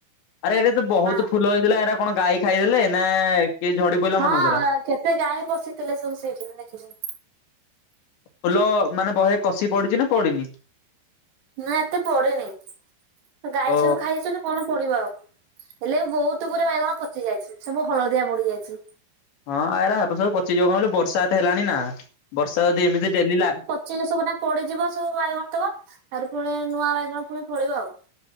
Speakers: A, on the left (about 70°); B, on the right (about 60°).
A: ଆରେ ଏଇଟା ତ ବହୁତ
B: ହଁ
A: ଫୁଲ ହେଇଥିଲା। ଏରା କଣ ଗାଈ ଖାଇଗଲେ ନା କିଏ ଝଡି ପଇଲା
B: ହଁ
A: ମନକୁ ଏରା।
B: କେତେ ଗାଈ ପସିଥିଲେ ସବୁ ସେଇଠି ଆମେ ଦେଖିଚୁ।
A: ଫୁଲ ମାନେ ବହେ କଷି ପଡିଛି ନା ପଡିିନି?
B: ନା ଏତେ ପଡିନି, ଗାଈ
A: ଓ
B: ସବୁ ଖାଇଦେଇଛନ୍ତି ପୁଣି ପଡିବ ଆଉ। ହେଲେ ବହୁତ ଗୁରେ ବାଇଗଣ ପଚି ଯାଇଛି, ସବୁ ହଳଦିଆ ପଡି ଯାଇଛି।
A: ହଁ ଏରା ଏବେ ସବୁ ପଚିଯିବ କଣ କହିଲୁ ବର୍ଷା ଏତେ ହେଲାଣି ନା, ବର୍ଷା ଯଦି ଏମିତି ଡେଲି ଲା
B: ପଚକି ସବୁ ଏଇନା ପଡିଯିବ ସବୁ ବାଇଗଣ ତକ, ତାପରେ ପୁଣି ନୂଆ ବାଇଗଣ ପୁଣି ଫଳିବ ଆଉ।